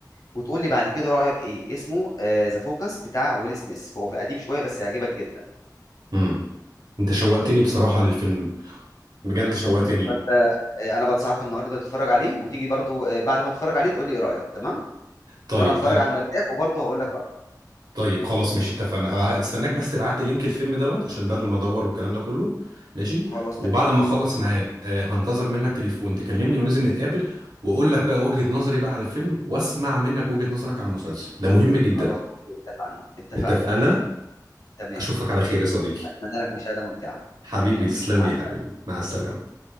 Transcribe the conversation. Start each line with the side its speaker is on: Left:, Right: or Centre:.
Left: وتقول لي بعد كده رايك ايه اسمه آه، ذا فوكس بتاع ويل سميث فهو قديم شويه بس هيعجبك جدا
Right: امم انت شوقتني بصراحه للفيلم بجد
Left: بالظبط
Right: شوقتني
Left: فانت آه، انا بنصحك النهارده تتفرج عليه وتيجي برضو آه، بعد ما تتفرج عليه تقول لي ايه رايك تمام
Right: طيب
Left: وانا هتفرج
Right: انا
Left: على المداح وبرضو هقول لك رايي
Right: طيب خلاص ماشي اتفقنا هبع- هستناك بس تبعت لي لينك الفيلم دوت عشان بدل ما ادور والكلام ده كله ماشي
Left: خلاص
Right: وبعد
Left: تمام
Right: ما اخلص معاه آه، هنتظر منك تليفون تكلمني وننزل نتقابل واقول لك بقى وجهة نظري بقى على الفيلم واسمع منك وجهة نظرك على المسلسل ده مهم جدا
Left: خلاص اوكي اتفقنا اتفقنا
Right: اتفقنا
Left: تمام
Right: اشوفك على خير يا صديقي
Left: اتمنى لك مشاهده ممتعه
Right: حبيبي
Left: تمام
Right: تسلم
Left: مع
Right: لي يا حبيبي مع السلامة